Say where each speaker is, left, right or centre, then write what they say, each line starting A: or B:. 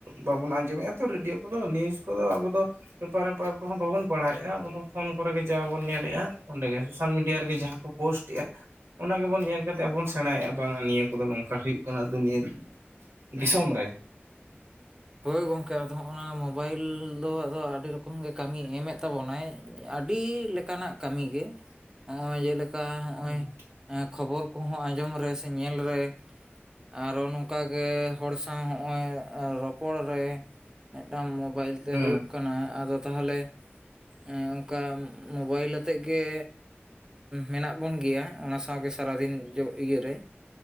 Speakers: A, on the right (about 75°); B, on the right (about 15°).
A: ᱵᱟᱵᱚᱱ ᱟᱸᱡᱚᱢᱮᱫᱼᱟ ᱛᱚ ᱨᱮᱰᱤᱭᱳ ᱠᱚᱫᱚ ᱱᱤᱥ ᱠᱚᱫᱚ ᱟᱵᱚ ᱫᱚ ᱯᱮᱯᱟᱨᱼᱮᱯᱟᱨ ᱠᱚᱦᱚᱸ ᱵᱟᱵᱚᱱ ᱯᱟᱲᱦᱟᱣᱮᱫᱼᱟ ᱟᱵᱚ ᱫᱚ ᱯᱷᱳᱱ ᱠᱚᱨᱮᱜ ᱜᱮ ᱡᱟ ᱵᱚᱱ ᱧᱮᱞᱮᱫᱼᱟ ᱚᱸᱰᱮᱜᱮ ᱥᱳᱥᱟᱞ ᱢᱤᱰᱤᱭᱟ ᱨᱮᱜᱮ ᱡᱟᱦᱟᱸ ᱠᱚ ᱯᱳᱥᱴ ᱮᱜᱟ ᱚᱱᱟ ᱜᱮᱵᱚᱱ ᱧᱮᱞ ᱠᱟᱛᱮᱫᱵᱚᱱ ᱥᱮᱬᱟᱭᱮᱜᱼᱟ ᱵᱟᱝᱟ ᱱᱤᱭᱟᱹ ᱠᱚᱫᱚ ᱱᱚᱝᱠᱟ ᱦᱩᱭᱩᱜ ᱠᱟᱱ-ᱟ ᱫᱩᱱᱭᱟᱹ ᱫᱤᱥᱚᱢ ᱨᱮ
B: ᱦᱳᱭ ᱜᱚᱝᱠᱮ ᱟᱫᱚ ᱦᱚᱸᱜᱼᱱᱟ ᱢᱵᱟᱭᱤᱞ ᱫᱚ ᱟᱫᱚ ᱟᱹᱰᱤ ᱨᱚᱠ ᱠᱚᱢ ᱜᱮ ᱠᱟᱹᱢᱤ ᱮᱢᱮᱫ ᱛᱟᱵᱚᱱᱟᱭ ᱟᱹᱰᱤ ᱞᱮᱠᱟᱱᱟᱜ ᱠᱟᱹᱢᱤ ᱜᱮ ᱱᱚᱜᱼᱚᱭ ᱡᱮᱞᱮᱠ ᱠᱟ ᱦᱚᱸᱜᱼᱚᱭ
A: ᱦᱩᱸ
B: ᱠᱷᱚᱵᱚᱨ ᱠᱚᱦᱚᱸ ᱟᱸᱡᱚᱢ ᱨᱮ ᱥᱮ ᱧᱮᱞ ᱨᱮ ᱟᱨᱚ ᱱᱚᱝ ᱠᱟᱜᱮ ᱦᱚᱲ ᱥᱟᱶ ᱦᱚᱸᱜᱼᱚᱭ ᱨᱚᱯᱚᱲ ᱨᱮ ᱢᱤᱫᱴᱟᱝ ᱢᱚᱵᱟᱭᱤᱞ ᱛᱮ
A: ᱦᱩᱸ
B: ᱦᱩᱭᱩᱜ ᱠᱟᱱᱟ ᱟᱫᱚ ᱛᱟᱦᱚᱞᱮ ᱮ ᱚᱱᱠᱟ ᱢᱚᱵᱟᱭᱤᱞ ᱟᱛᱮᱜ ᱜᱮ ᱢᱮᱱᱟᱜ ᱵᱚᱱ ᱜᱮᱭᱟ ᱚᱱᱟ ᱥᱟᱶᱜᱮ ᱥᱟᱨᱟᱫᱤᱱ ᱡᱚ ᱤᱭᱟᱹᱨᱮ